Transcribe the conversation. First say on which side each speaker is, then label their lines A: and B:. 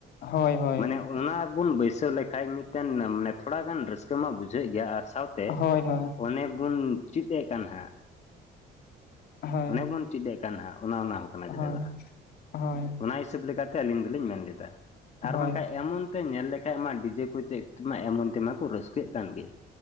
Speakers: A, on the left; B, on the left.
A: ᱾
B: ᱦᱳᱭ ᱦᱳᱭ
A: ᱢᱟᱱᱮ ᱚᱱᱟ ᱜᱮᱵᱚᱱ ᱵᱟᱹᱭᱥᱟᱹᱣ ᱞᱮᱠᱷᱟᱡ ᱢᱤᱫᱴᱮᱱ ᱢᱟᱱᱮ ᱛᱷᱚᱲᱟᱜᱟᱱ ᱨᱟᱹᱥᱠᱟᱹ ᱢᱟ ᱵᱩ ᱵᱩᱡᱷᱟᱹᱜ ᱜᱮᱭᱟ ᱟᱨ ᱥᱟᱶᱛᱮ
B: ᱦᱳᱭ ᱦᱳᱭ
A: ᱚᱱᱮ ᱵᱚᱱ ᱪᱤᱫ ᱮ ᱠᱟᱱ ᱦᱟᱸᱜ,
B: ᱦᱳᱭ
A: ᱚᱱᱮ ᱵᱚᱱ ᱪᱤᱫ ᱮ ᱠᱟᱱ ᱦᱟᱸᱜ ᱚᱱᱟ ᱚᱱᱟ ᱦᱚᱸ᱾ ᱠᱟᱱᱟ
B: ᱦᱳᱭ
A: ᱪᱮᱫᱟᱜ ᱵᱟᱝ
B: ᱦᱳᱭ ᱾
A: ᱚᱱᱟ ᱦᱤᱥᱟᱹᱵ ᱞᱮᱠᱟᱛᱮ ᱟᱹᱞᱤᱧ ᱫᱚᱞᱤᱧ ᱢᱮᱱ ᱞᱮᱫᱟ ᱟᱨ
B: ᱦᱳᱭ
A: ᱵᱟᱝᱠᱷᱟᱱ ᱮᱢᱚᱱ ᱛᱮ ᱧᱮᱞ ᱞᱮᱠᱷᱟᱡ ᱢᱟ ᱰᱤᱡᱮ ᱠᱚ ᱪᱮᱫ ᱛᱮᱢᱟ ᱮᱢᱚᱱ ᱛᱮᱢᱟ ᱠᱚ ᱨᱟᱹᱥᱠᱟᱹᱜ ᱠᱟᱱ ᱜᱮ᱾